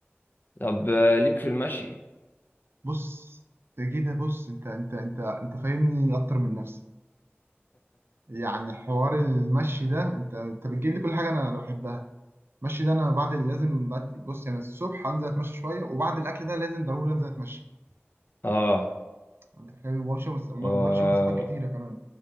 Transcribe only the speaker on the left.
طب آه، ليك في المشي
اه
و...